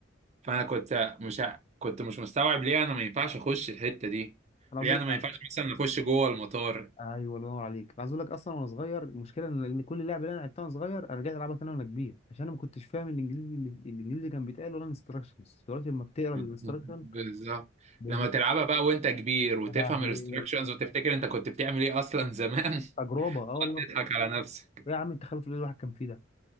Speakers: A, on the right; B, on the left.
A: فانا كنت مش ع- كنت مش مستوعب ليه انا ما ينفعش اخش الحته دي
B: انا عاوز
A: ليه
B: اقول
A: انا
B: لك
A: ما
B: ع-
A: ينفعش مثلا اخش جوه المطار
B: ايوه الله ينور عليك انا عاوز اقول لك اصلا وانا صغير المشكله ان إن كل لعبه اللي انا لعبتها وانا صغير انا رجعت العبها تاني وانا كبير عشان انا ما كنتش فاهم الانجليزي اللي الانجليزي اللي كان بيتقال ولا الانستراكشنز دلوقتي لما بتقرا
A: <laughs>
B: الانستراكشن
A: بالظبط
B: بقيت
A: لما
B: يا
A: تلعبها بقى وانت كبير وتفهم
B: لهوي
A: الاستراكشنز وتفتكر انت كنت بتعمل ايه اصلا زمان
B: تجربه اه
A: <laughs>
B: والله
A: تضحك على نفسك
B: إيه يا عم التخلف اللي الواحد كان فيه ده